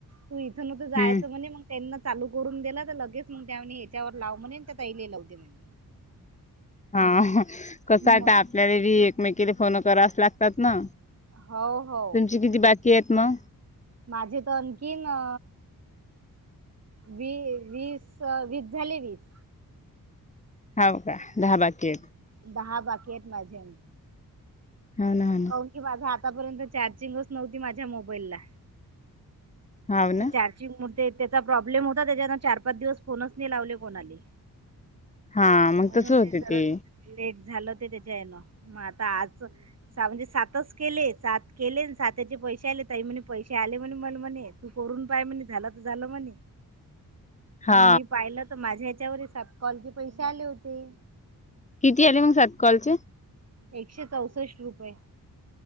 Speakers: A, on the right (about 45°); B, on the left (about 20°).
A: तू इथून मात्र जायचं
B: हम्म
A: म्हणे म त्यांना चालू करून दिलं तर लगेच मग त्यानी याच्यावर लाव म्हणेल त्या तैले लाव दे म्हणे.
B: हा कसं
A: मग
B: आता आपल्यालाबी एकमेकीला फोन करावच लागतात ना.
A: हो. हो.
B: तुमची किती बाकी आहेत मग?
A: माझे तर आणखीन अ वी वीस वीस झाले वीस.
B: हो का दहा बाकी. आहेत.
A: दहा बाकी आहेत माझे.
B: <unintelligible>
A: काहून की माझा आतापर्यंत चार्जिंगच नव्हती माझ्या मोबाईलला.
B: हाव
A: ते
B: ना.
A: चार्जिंग हुते त्याचा प्रॉब्लेम होता, त्याच्यानं चार पाच दिवस फोनच नाही लावले कोणाले.
B: हा मग
A: म्हणून
B: तस होते
A: जरा
B: ते.
A: लेट झालं ते, त्याच्या यायला मग आता आज सुटतोय. म्हणजे सातच केले सात केले साताचे पैसे आले ताई म्हणे पैसे आले म्हणे मन म्हणे. तू करून पाय म्हणे, झालं तर झालं म्हणे
B: हा
A: मग मी पाहिलं. तर माझ्या ह्याच्यावर, सात कॉलचे पैसे आले होते.
B: किती आले मग? सात कॉलचे.
A: एकशे चौसष्ट रुपये.